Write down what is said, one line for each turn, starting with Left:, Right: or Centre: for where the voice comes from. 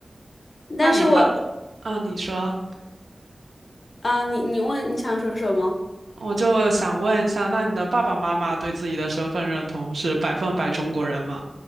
Right: 那你爸，
Left: 但是我
Right: 啊，你说，
Left: 啊、你你问你想说什么？
Right: 我就想问一下，那你的爸爸妈妈对自己的身份认同是百分百中国人吗？